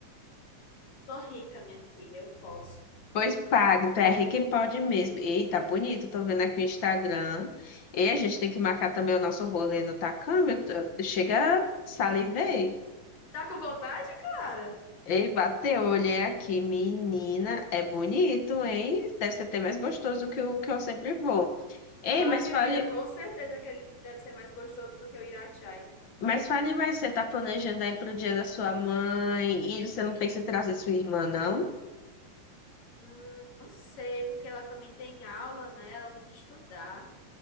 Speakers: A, on the left; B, on the left.
A: Sou rica, minha filha, eu posso.
B: Pois paga, então é rico em pode mesmo. Eita, bonito, tô vendo aqui o Instagram. E a gente tem que marcar também o nosso rolê no Tacama. eu tô- Chega, salivei.
A: Tá com vontade, Clara?
B: Ei, bateu, olhei aqui, menina, é bonito, hein? Deve ser até mais gostoso que o que eu sempre vou. Ei,
A: Ah,
B: mas
A: minha
B: fale,
A: filha, com certeza que ele deve ser mais gostoso do que o Irachai.
B: mas fale mais, você tá planejando aí pro dia da sua mãe e você não pensa em trazer sua irmã, não?
A: Hum, não sei, porque ela também tem aula, né? Ela tem que estudar.